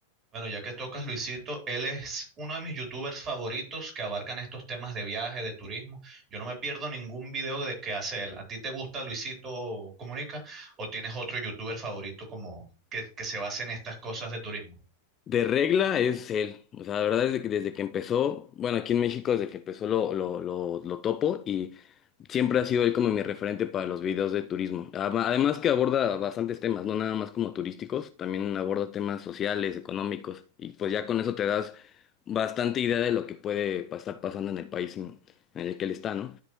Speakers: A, on the right (about 30°); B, on the left (about 25°).
A: Bueno, ya que tocas Luisito, él es uno de mis youtubers favoritos que abarcan estos temas de viaje, de turismo. Yo no me pierdo ningún video de, que hace él. ¿A ti te gusta Luisito Comunica o tienes otro youtuber favorito como que, que se base en estas cosas de turismo?
B: De regla es él, o sea, la verdad es de que desde que empezó, bueno, aquí en México desde que empezó lo, lo, lo, lo topo y siempre ha sido él como mi referente para los videos de turismo. Ama- Además que aborda bastantes temas, no nada más como turísticos, también aborda temas sociales, económicos y pues ya con eso te das bastante idea de lo que puede pa- estar pasando en el país en, en el que él está, ¿no?